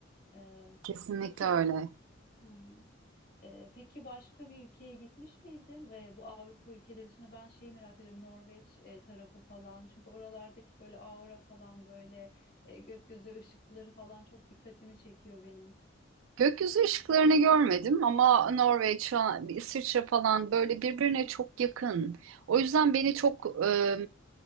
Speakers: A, on the left; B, on the right.
A: E,
B: Kesinlikle
A: peki.
B: öyle.
A: Hı hı. Ee, peki başka bir ülkeye gitmiş miydin? Ee, bu Avrupa ülkeleri dışında ben şeyi merak ediyorum Norveç e, tarafı falan. Çünkü oralardaki böyle aura falan böyle e, gökyüzü ışıkları falan çok dikkatimi çekiyor benim.
B: Gökyüzü ışıklarını görmedim ama Norveç, falan- İsviçre falan böyle birbirine çok yakın. O yüzden beni çok e,